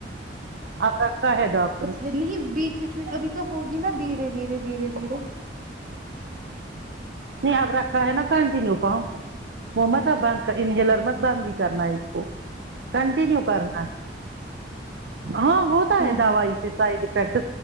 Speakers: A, on the right (about 65°); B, on the right (about 50°).
A: آپ رکھا ہے ڈاک
B: اچھا نہیں بیچ بیچ میں ابھی تو ہوگی نا دھیرے دھیرے دھیرے دھیرے
A: نہیں آب رکھا ہے نا کنٹیینیو پ وہ متب بند انہیلر مت بند ہی کرنا ہے اس کو کنٹینیو کرنا ہے ہاں ہوتا
B: ہاں
A: ہے دوائی سے سائڈ افیکٹ